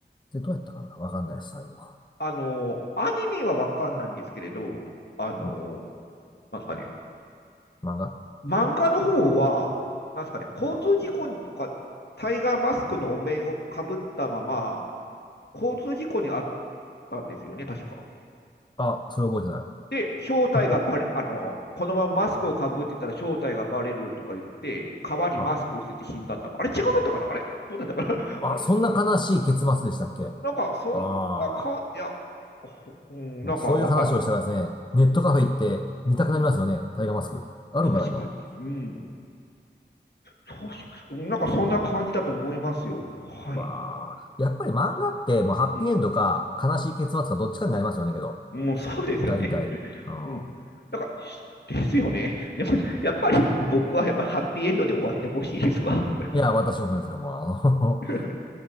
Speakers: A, on the left (about 25°); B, on the left (about 65°).
A: で、どうやったかなわかんないです、最後。
B: あ、あの、アニメはわかんないんですけれど、あの、
A: うん。
B: なんですかね、
A: 漫画
B: 漫画の方は、なんですかね、交通事故とか、タイガーマスクのお面をかぶったまま、交通事故にあったんですよね、確か。
A: あ、それ覚え
B: で、正体がバレ、
A: てない。<laughs>
B: あの、このままマスクをかぶってたら正体がバレるとか言って、川にマスクを捨てて死んだんだ。
A: は
B: あれ違かったかなあれどうだったかな
A: あ、
B: <laughs> あれ
A: そんな悲しい結末でしたっけあ
B: なんか、そんな感じ、
A: あ
B: いや、ほうん、
A: ー、
B: なんかわかん、
A: もうそういう話をしたらですね、ネットカフェ行って見たくなりますよね。
B: うん
A: タイガーマスク。あるんかな、
B: 確かに。
A: 今。
B: うん。そうなんかそんな感じだと思いますよ。はい。
A: わあ、やっぱり漫画ってもうハッピーエンドか悲しい結末かどっちかになりますよね、
B: うん。
A: けど。
B: もうそうですよね。
A: 大体。うん。
B: うん。なんか、しですよね。でも、やっぱり僕はやっぱハッピーエンドで終わってほしいですわ。
A: いや、私もそうですよ、もう。あの
B: <laughs>